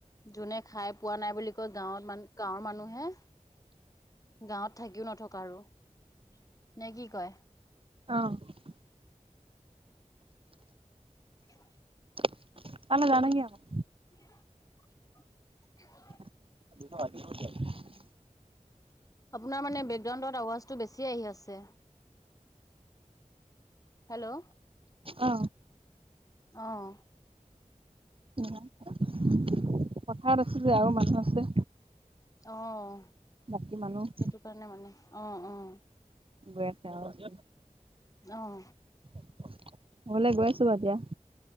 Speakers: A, on the left; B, on the right.
A: যোনে খাই পোৱা নাই বুলি কয়, গাঁৱত মানুহ গাঁৱৰ মানুহে <unintelligible> গাঁৱত থাকিও নথকা আৰু। নে কি কয়? <inaudible>
B: অঁ <unintelligible>
A: <inaudible>
B: <inaudible> তালে যাৱ নে কি আকৌ?
A: <unintelligible> <unintelligible>
B: <unintelligible>
A: আপোনাৰ মানে বেকগ্ৰাউণ্ডত আৱাজটো বেছি আহি আছে। <inaudible> হেল্ল'
B: অ
A: <inaudible> অঁ!
B: <inaudible> পথাৰত আছোঁ যে আৰু মানুহ আছে।
A: অঁ! <unintelligible>
B: বাকী মানুহ <inaudible>
A: সেইটো কাৰণে মানে। অঁ-অঁ। <inaudible>
B: গৈ আছে অঁ <inaudible>
A: অঁ
B: <inaudible> ঘৰলে গৈ আছো বাৰু এতিয়া।